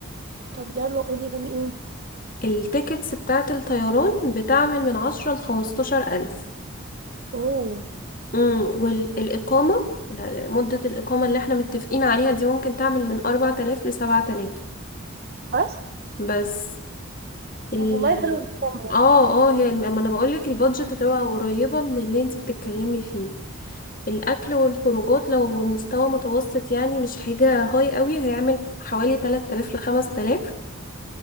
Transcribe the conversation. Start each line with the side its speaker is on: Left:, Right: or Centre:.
Right: طب يلا قولي فاجئيني
Left: التيكتس بتاعة الطيران بتعمل من عشرة لخمستاشر ألف
Right: اوه
Left: امم والإقامة مدة الإقامة اللي احنا متفقين عليها دي ممكن تعمل من أربعة آلاف لسبعة آلاف
Right: بس
Left: بس ال
Right: طب والله حلو جدا
Left: اه اه هي الم- ما انا بقولك البادجت هتبقى قريبة من اللي انت بتتكلمي فيه الأكل والخروجات لو مستوى متوسط يعني مش حاجة هاي قوي هيعمل حوالي 3000 ل 5000